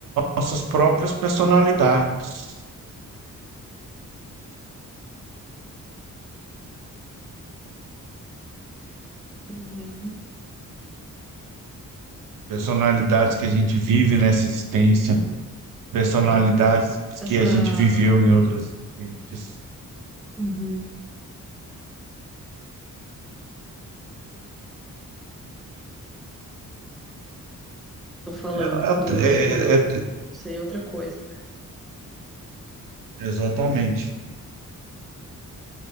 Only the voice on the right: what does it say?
nossas próprias personalidades,
personalidades que a gente vive nessa existência, personalidades
que a gente viveu em outras existências.
É,
é,
é, é,
exatamente.